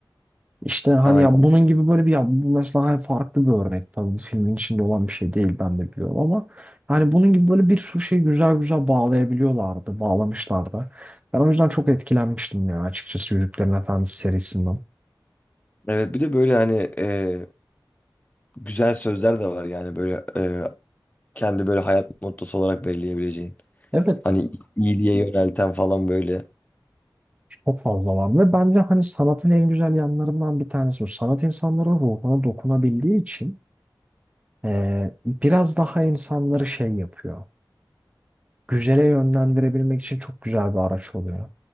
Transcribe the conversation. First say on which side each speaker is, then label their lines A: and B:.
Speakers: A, on the right; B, on the left.
A: İşte hani
B: Aynen.
A: ya bunun gibi böyle bir ya bu mesela hani farklı bir örnek tabii bu filmin içinde olan bir şey değil ben de biliyorum ama hani bunun gibi böyle bir sürü şeyi güzel güzel bağlayabiliyorlardı, bağlamışlardı. Ben o yüzden çok etkilenmiştim yani açıkçası Yüzüklerin Efendisi serisinden.
B: Evet bir de böyle hani e, güzel sözler de var yani böyle e, kendi böyle hayat mottosu olarak belirleyebileceğin.
A: Evet.
B: Hani iyiliğe yönelten falan böyle.
A: Çok fazla var ve bence hani sanatın en güzel yanlarından bir tanesi bu. Sanat insanların ruhuna dokunabildiği için eee, biraz daha insanları şey yapıyor. Güzele yönlendirebilmek için çok güzel bir araç oluyor.